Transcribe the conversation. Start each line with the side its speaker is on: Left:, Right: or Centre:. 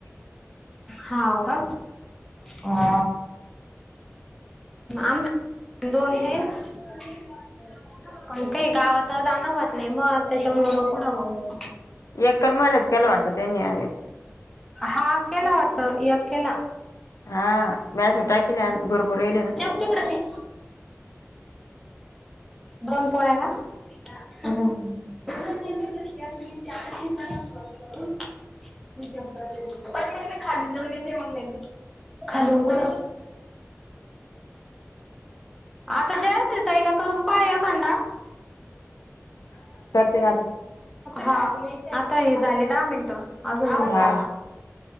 Centre: हा का? हा. आम - पण दोन तीन पण काही गावात जाणं होत नाही मग त्याच्यामुळं कुढ बगु?
Left: एकाल महिलास केला वाटत त्यांनी आहेर.
Centre: हा केला वाटत एकेला.
Left: हा म्या अश्या टाकल्यान बरोबर याल्या ना?
Centre: तिकड बी दोन पोळ्या का? तुम्ही चार दिवसांना कॉल करून तुमच्याकडं देते <inaudible> खालून कुढ? आता जय असील तायला करून पाहा एकांदा.
Left: ते नातं
Centre: हा आता हे झाले दहा मिनट अजून
Left: हा